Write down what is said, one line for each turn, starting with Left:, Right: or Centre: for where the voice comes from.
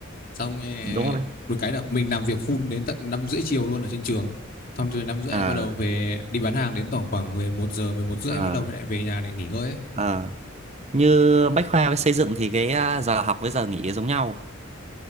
Left: xong ờ,
Right: đúng rồi
Left: một cái là mình làm việc full đến tận 5 rưỡi chiều luôn ở trên trường xong từ 5 rưỡi
Right: à
Left: lại bắt đầu về đi bán hàng đến tổng khoảng 11 giờ 11 rưỡi
Right: à
Left: bắt đầu lại về nhà để nghỉ ngơi ấy.
Right: à như bách khoa với xây dựng thì cái à, giờ học với giờ nghỉ giống nhau